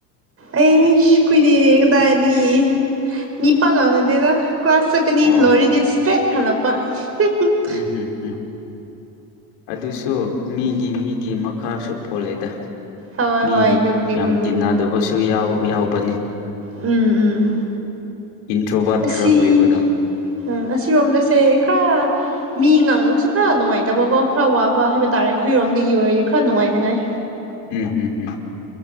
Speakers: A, on the right; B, on the left.
A: ꯑꯩꯁ ꯈꯣꯏꯗꯤ ꯀꯗꯥꯏꯗꯒꯤ ꯃꯤ ꯄꯥꯡ ꯉꯥꯡꯅꯗꯦꯗ ꯀ꯭ꯂꯥꯁ ꯆꯠꯀꯅꯤ
B: ꯑꯣ
A: ꯂꯣꯏꯔꯗꯤ ꯏꯁꯇ꯭ꯔꯦꯠ ꯍꯜꯂꯛꯄ <unintelligible>
B: ꯎꯝ ꯍꯝ ꯍꯝ ꯑꯗꯨꯁꯨ ꯃꯤꯒꯤ ꯃꯤꯒꯤ ꯃꯈꯥꯁꯨ ꯄꯣꯜꯂꯦꯗ
A: ꯍꯣꯏ
B: ꯃꯤ
A: ꯍꯣꯏ ꯑꯗꯨꯕꯨꯗꯤ
B: ꯌꯥꯝ
A: ꯎꯝ
B: ꯇꯤꯟꯅꯗꯕꯁꯨ ꯌꯥꯎ ꯌꯥꯎꯕꯅꯦ
A: ꯎꯝ ꯎꯝ
B: ꯏꯟꯇ꯭ꯔꯣꯕꯥꯠ
A: ꯑꯁꯤ
B: ꯈꯔ ꯑꯣꯏꯕꯗꯣ
A: ꯎꯝ ꯑꯁꯤꯔꯣꯝꯗꯁꯦ ꯈꯔ ꯃꯤ ꯉꯥꯡꯅꯕꯁꯨ ꯈꯔ ꯅꯨꯡꯉꯥꯏꯇꯕꯀꯣ ꯈꯔ ꯋꯥꯕ ꯄꯥ ꯍꯥꯏꯕ ꯇꯥꯔꯦ ꯑꯩꯈꯣꯏꯔꯣꯝꯗꯒꯤ ꯑꯣꯏꯔꯗꯤ ꯈꯔ ꯅꯨꯡꯉꯥꯏꯅꯤꯉꯥꯏ
B: ꯎꯝ ꯎꯝ ꯎꯝ